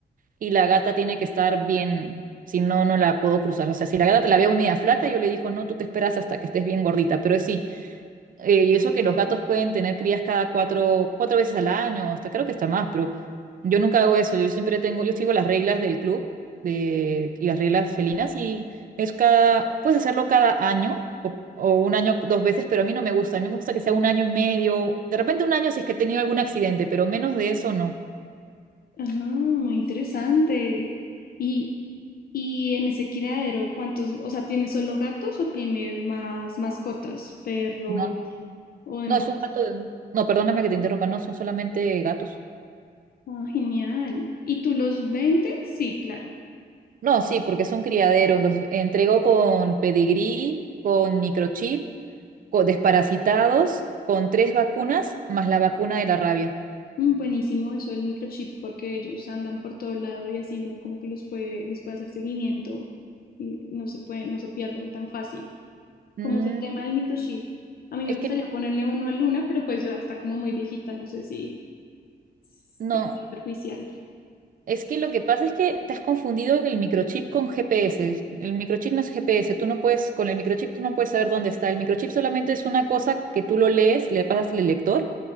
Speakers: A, on the right (about 55°); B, on the left (about 60°).
A: y la gata tiene que estar bien, si no, no la puedo cruzar. O sea, si la gata te la veo media flaca, yo le digo, no, tú te esperas hasta que estés bien gordita, pero es sí, eh, y eso que los gatos pueden tener crías cada cuatro, cuatro veces al año, hasta creo que está más, pero yo nunca hago eso, yo siempre tengo, yo sigo las reglas del club de, y las reglas felinas y es cada, puedes hacerlo cada año. O o un año dos veces, pero a mí no me gusta. A mí me gusta que sea un año y medio. De repente un año si es que he tenido algún accidente, pero menos de eso no.
B: ah, muy interesante. Y, y en ese criadero, ¿cuántos? O sea, ¿tienes solo gatos o tienes más mascotas, perros
A: No,
B: o demás?
A: No, es un gato de... No, perdóname que te interrumpa, no, son solamente gatos.
B: Ah, genial. ¿Y tú los vendes? Sí, claro.
A: No, sí, porque son criaderos, los entrego con pedigrí, con microchip, con desparasitados, con tres vacunas, más la vacuna de la rabia.
B: Mm, Buenísimo eso del microchip porque ellos andan por todo lado y así uno como que los puede, les puede hacer seguimiento y no se puede, no se pierden tan fácil.
A: Mm,
B: Como es el tema del microchip, a mí
A: es
B: me gustaría
A: que...
B: ponerle uno a Luna, pero pues ya está como muy viejita, no sé si, si
A: No,
B: sería perjudicial.
A: es que lo que pasa es que te has confundido el microchip con GPS. El microchip no es GPS, tú no puedes, con el microchip tú no puedes saber dónde está. El microchip solamente es una cosa que tú lo lees, le pasas el lector